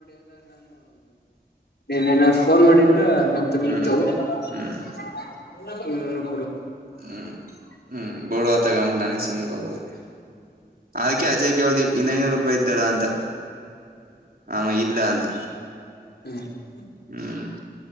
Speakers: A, on the left; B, on the right.
A: ನೀನೇನ ಫೋನ್ ಮಾಡಿದ್ರಾ ನಮ್ ತಂಗಿ
B: ಹ್ಮ್
A: ತಗೋ <inaudible>
B: ಹ್ಮ್
A: ಹ್ಮ್
B: ಹ್ಮ್ ಹ್ಮ್ ಬಿಡು ಅತ್ತಾಗೆ ಅಂದ್ಬಿಟ್ಟು ನಾನೇ ಸುಮ್ಗಾಗೋದೆ ಅದಕ್ಕೆ ಅಜಯ್ಗ್ ಕ್ಯೊಳ್ದೆ ಇನ್ ಐನೂರುಪಾಯಿ ಇದ್ದದ ಅಂತ. ಅವ ಇಲ್ಲ ಅಂದ.
A: ಹೂ
B: ಹ್ಮ್